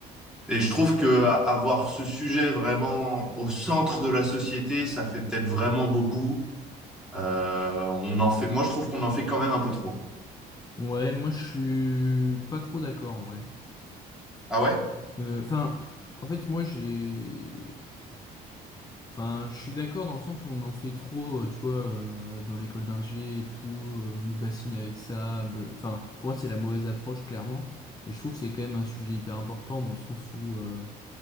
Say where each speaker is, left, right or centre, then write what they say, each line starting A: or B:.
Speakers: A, in the centre; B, on the left.
A: et je trouve que a- avoir ce sujet vraiment au centre de la société, ça fait peut-être vraiment beaucoup. Euh, on en fait... Moi, je trouve qu'on en fait quand même un peu trop.
B: Ouais, moi, je suis pas trop d'accord, en vrai.
A: Ah ouais?
B: Euh, Enfin, en fait, moi, j'ai... Enfin, je suis d'accord dans le sens où on en fait trop, euh, tu vois, euh, dans l'école d'ingé et tout, euh, on nous bassine avec ça. bl- Enfin, pour moi, c'est la mauvaise approche, clairement. Mais je trouve que c'est quand même un sujet hyper important dans le sens où... euh,